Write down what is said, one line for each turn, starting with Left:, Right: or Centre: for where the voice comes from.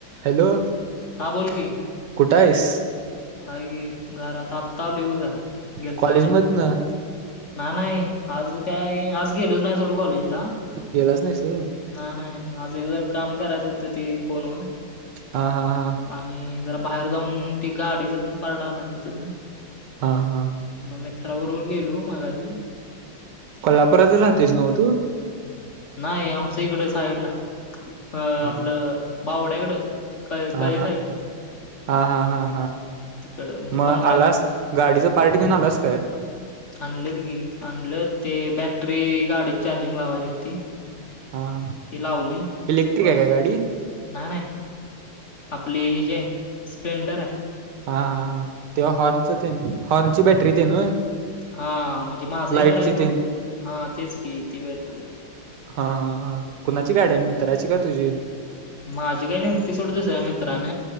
Right: हॅलो!
Left: हा बोल की.
Right: कुठ हाइस?
Left: हाय की घरात आत्ता आलोय बग घरात गेलतो
Right: कॉलेज
Left: बाहेर.
Right: मधनं
Left: नाही नाही आज काय आज गेलोच नाही सोड कॉलेजला.
Right: गेलास नाहीस होय.
Left: नाही नाही आज एक जरा काम करायचं होतं ते फोनवर.
Right: हा हा हा हा.
Left: आणि जरा बाहेर जाऊन ते गाडीचं पण पार्ट आणायचं होत ना.
Right: हा हा
Left: मग मित्राबरोबर गेलो मागाशी.
Right: कोल्हापुरातच राहतोयस नव्ह तू?
Left: नाही आमचं इकड साईडलाय अ
Right: हा
Left: आपलं बावड्याकडं. कळे
Right: हा
Left: कळे
Right: हा
Left: साईड रे
Right: हा हा हा हा.
Left: तिकडं म्हणजे
Right: मग
Left: पंधरा
Right: आलास गाडीचं पार्ट घेऊन आलास काय?
Left: आणलेत की आणलंत ते बॅटरी गाडीत चार्जिंग लावायची होती.
Right: हा हा
Left: ती लावली
Right: इलेक्ट्रिक
Left: प
Right: आहे काय गाडी?
Left: नाही नाही. आपली हे जीय स्प्लेंडर हाय.
Right: हा हा हा तेव्हा हॉर्नच ते हॉर्नची बॅटरी ते न होय?
Left: हा म्हणजे माझंही
Right: लाईटची
Left: करायचं नवतं
Right: तेन
Left: हा तेच की ती बॅटरी.
Right: हा हा हा कुणाची गाडी आहे मित्राची का तुझी?
Left: माझी काय नेलती सोड दुसऱ्या मित्रान